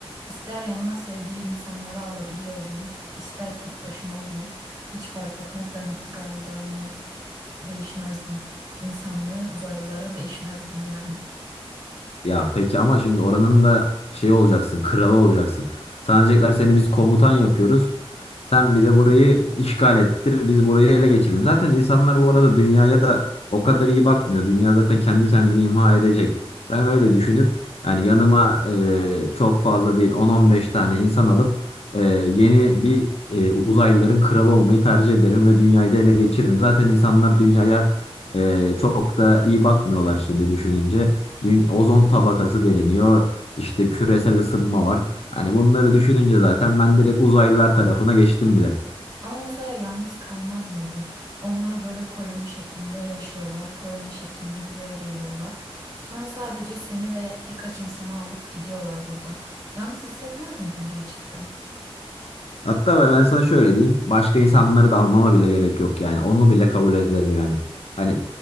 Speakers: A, on the right; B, on the left.
A: İster yanıma sevdiğim insanları alabiliyor olayım, ister tek başıma olayım. Hiç fark etmez. Ben galiba yine değişmezdim. İnsanlığı uzaylılara değişmezdim yani.
B: Ya peki ama şimdi oranın da şey olacaksın, kralı olacaksın. Sana diyecekler seni biz komutan yapıyoruz. Sen bize burayı işgal ettir, biz burayı ele geçirelim. Zaten insanlar bu arada dünyaya da o kadar iyi bakmıyor. Dünya zaten kendi kendini imha edecek. Ben öyle düşünüp yani yanıma e, çok fazla değil 10-15 tane insan alıp e, yeni bir e, uzaylıların kralı olmayı tercih ederim ve dünyayı da ele geçiririm. Zaten insanlar dünyaya e, çok da iyi bakmıyorlar şimdi düşününce dü- ozon tabakası deliniyor. İşte küresel ısınma var. Hani bunları düşününce zaten ben direkt uzaylılar tarafına geçtim bile.
A: Ama mesela yalnız kalmaz mıydın? Onlar böyle koloni şeklinde yaşıyorlar. Koloni şeklinde buraya geliyorlar. Sonra sadece seni ve birkaç insanı alıp gidiyorlar buradan. Yalnız hissetmez miydin gerçekten? <laughs>
B: Hatta ben sana şöyle diyeyim. Başka insanları da almama bile gerek yok yani. Onu bile kabul ederim yani. Hani